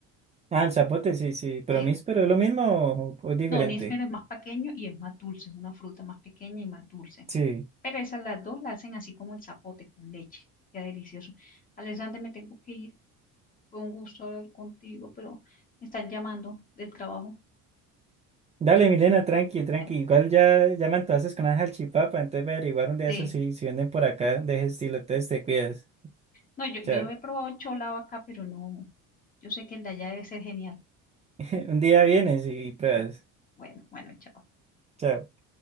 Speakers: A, on the right; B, on the left.
A: Ah, el zapote, sí, sí, pero
B: Sí.
A: mis, pero es lo mismo o, o es diferente.
B: No, níspero es más pequeño y es más dulce, es una fruta más pequeña y más dulce.
A: Sí.
B: Pero esas las dos la hacen así como el zapote con leche. Qué delicioso. Alexander, me tengo que ir. Fue un gusto hablar contigo, pero me están llamando del trabajo.
A: Dale, Milena, tranqui, tranqui.
B: Bueno,
A: Igual ya, ya me antojaste con una salchipapa, entonces voy a averiguar un día
B: sí.
A: eso si, si venden por acá de ese estilo. Entonces te cuidas.
B: No, yo,
A: Chao.
B: yo he probado el cholado acá, pero no. Yo sé que el de allá debe ser genial.
A: <laughs> Un día vienes y pruebas.
B: Bueno, bueno, bueno, chao.
A: Chao.